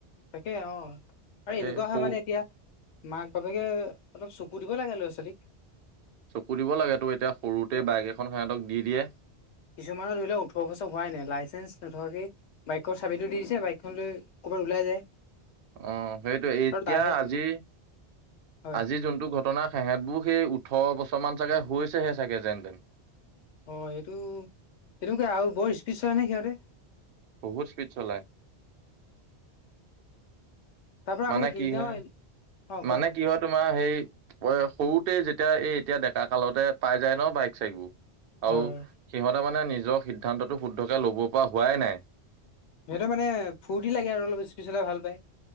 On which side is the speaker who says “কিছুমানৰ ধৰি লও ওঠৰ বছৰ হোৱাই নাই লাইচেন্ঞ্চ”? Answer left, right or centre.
Left